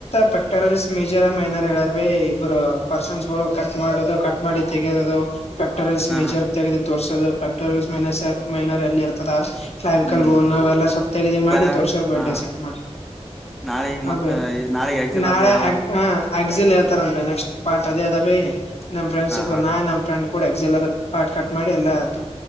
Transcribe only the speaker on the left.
ಪೆಕ್ಟೋ <inaudible> ಮೇಜರ್ ಮೈನರ್ ಹೇಳಾರ ಭ ಇಬ್ಬರು ಪರ್ಸನ್ಸ್ ಗಳು ಕಟ್ ಮಾಡದು ಕಟ್ ಮಾಡಿ ತೆೆಗೆರದು <inaudible> ಪಫಕ್ಟೋರಿಯಲ್ಸ್
ಮೇಜರ್
ತೆಗೆದು ತೋರ್ೋದು ಪ್ಯಾಕ್ಟೋರಿಯಲ್ಸ್ ಮೈನ ಮೈನರ್ ಎಲ್ಲಿ ಇರ್ತದೆ ವಿಕಲ್
ಬೋನ್ <inaudible> ಎಲ್ಲ ಸಪ್ತಗ ಮಾಡಿ
ತೋರ್ಸೋ ಬೇ
ಚೆಕ್ ಮಾಡಿ <inaudible>
ಹಬ
ನಾಳೆ
ಹ <inaudible> ಅಗ್ಸಿಲ್ ಹೇತಾರನ್ ನೆಕ್ಸ್ಟ್ ಪ್ಟ ಅದ ಅದ ಪಿ ನಮ್ಮಫ್ರೆಂಡ್
ಶಿಪ್
ನ ನಮ್ಮ ಫ್ರೆಂಡ್ <inaudible> ಕೊಡುಯೆಕ್ಸು, ಇಲ್ಲ, ಕಟ್, ಮಾಡಿ, ಎಲ್ಲ. <inaudible>